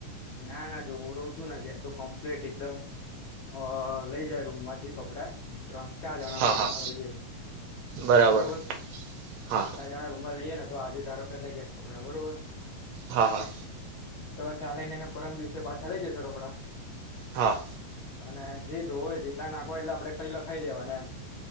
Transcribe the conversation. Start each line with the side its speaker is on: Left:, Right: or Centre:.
Left: ના ના જો હું રો શું નથી આ તો કમ્પ્લીટ એકદમ અ લઈ જાય રૂમમાંથી કપડા ત્રળ ચાર જણા
Right: હા
Left: રુમ
Right: હા
Left: મા ર‌ઈયે
Right: બરાબર
Left: બરોબર
Right: હા
Left: ત્રળ જણા રૂમમાં રહીએે ને તો આજે ધારો કેલે ગયા કપડા બરોબર
Right: હા હા
Left: ખ્યા લઈ નેને પરમ દિવસે પાછા લઈ જશે કપડા
Right: હા
Left: અને જે ધોવો હોય જેટલા નાખવા હોય એટલે આપડણે ખા લખાઈ દેવા ને એમ